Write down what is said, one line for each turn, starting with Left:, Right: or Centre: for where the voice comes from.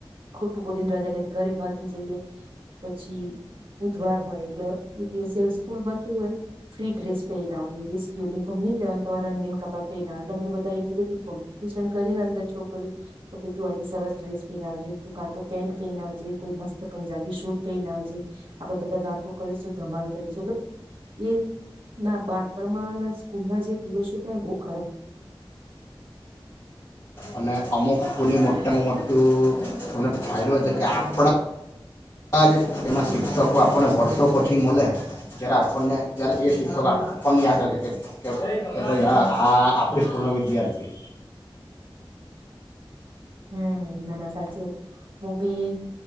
Right: ખોટું બોલીને રાજા લઈને ઘરે ભાગી જઈએ પછી ઉજવા હોય એટલે એ દિવસે સ્કૂલમાં કેવ હોય ફ્રી ડ્રેસ પહેરના દિવ યુનિફોર્મ નહી પહેર તમા રંગીન કપડા પહેર એલે અમે બધા એટલી બધી કોમ્પિટિશન કરીને અંદર છો કર્યું કે ભ તું આજે સરસ ડ્રેસ પહેનાવજે તું કાં તો પે પજે કોઈ મસ્ત પંજાબી શૂટ પહેન આવજે આપડે બધા વાત કરીશું ધમાલ કરીશું એ એ ના બાણપણમાં ના સ્કૂલ ના જે દિવસ છે તને બહ
Left: અને અમુક ઉ મોટેમ મોટ તો તમને ફાયદો છે કે આપણા બા એના શિક્ષકો આપણને વર્ષો પછી મળે જ્યારે આપણને ત્યારે એ શિક્ષકો આપણને યાદ રાખે કે ભાઈ હા આ આપડી સ્કૂલ ન વિદ્યાર્થી
Right: હમ ના ના સાચી વાત હું બી